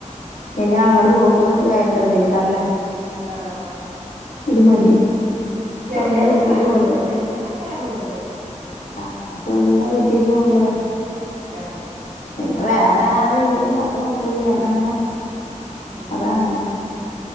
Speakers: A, on the left; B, on the right.
A: പിന്നെ അങ്ങട് പോവുമ്പളും ഭയങ്കരതക്കാരല്ലെ
B: ആഹ്
A: ഒരു മടി
B: ചെലെ
A: സ്വന്തം വീട്ടീക്ക്
B: കാറിനൊള്ളുട്ടോ
A: പോകുമ്പോ
B: എല്ലാകാറിനൊന്നുല്ല
A: ആഹ് സ്വന്തം വീട്ടീ്ന്ന് പോവുമ്പളെ.
B: ആ
A: പിന്നെ വേറെ ആള് ഇല്ലല്ലോ അപ്പൊ കൊഴപ്പല്ല അവിടങ്ങെനെ
B: ഉം
A: അതാണ്.